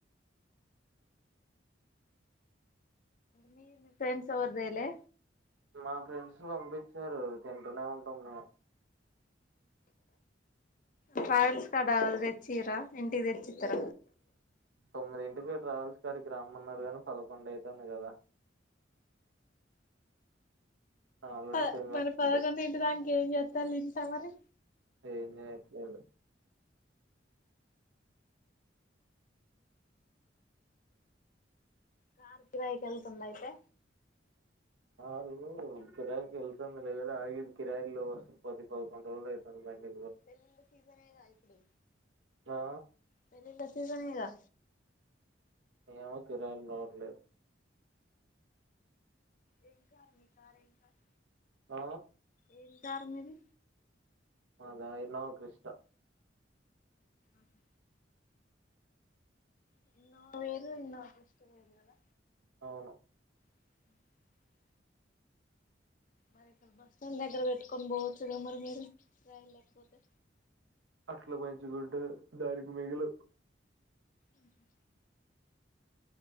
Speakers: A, on the left; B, on the right.
A: మీ ఫ్రెండ్స్ ఎవర్దేలే
B: మా ఫ్రెండ్స్ పంపించారు తింటూనే ఉంటాము మేం
A: ట్రావెల్స్ కాడ తెచ్చిరా ఇంటికి తెచ్చిత్తర
B: తొమ్మిది ఇంటికి ట్రావెల్స్ కాడికి రమ్మన్నారు కానీ పదకొండు అయితంది కదా ఆల్రెడీ
A: ప
B: సెమినార్
A: మరి
B: పంపించారు
A: పదకొండు ఇంటిదాంక ఏం చేత్ త్తళ్ళు ఇంట్ల మరి
B: ఏం చేయట్లేదు
A: కార్ కిరాయికి ఎళ్తుంద అయితే
B: కారు కిరాయి కి ఎల్తంది లే గని ఆగింది కిరాయిలు లేవ్ అసల్ పది పదకొండు రోజులు అయితుంది బండి
A: పెల్లిళ్ల సీజన్ ఏ గా ఇప్పుడు
B: ఆ
A: పెళ్లిళ్ల సీజన్ ఎ గా
B: ఏమో కిరాయిలు రావట్లేదు
A: ఎం కార్ మి కార్ ఎం కార్
B: ఆ
A: ఏం కారు మిది
B: మాధ ఇన్నోవా క్రిస్ట
A: ఉహు <inaudible> నిన్న ఆఫీస్ కి పోయిర్రు కదా
B: అవును
A: అ మరి ఇక్కడ బస్ స్టాండ్ దగ్గర పెట్టుకొని పోవచ్చు కద మరి మీరు కిరాయిలు లేకపోతే
B: అట్ల మంచిగుండద్ దానికి మిగులవ్
A: ఉహు